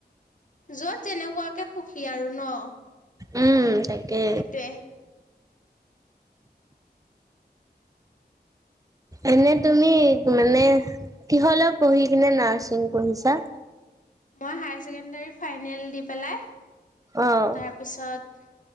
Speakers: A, on the left; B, on the right.
A: যোৱা যেনেকুৱা তে সুখী আৰু ন
B: উম তাকে
A: সেইটোৱে
B: এনে তুমি মানে কিহল পঢ়ি কিনে নাৰ্ছিং পঢ়িছা
A: মই হডী ফাইনেল দি পেলাই
B: অ',
A: তাৰপিছত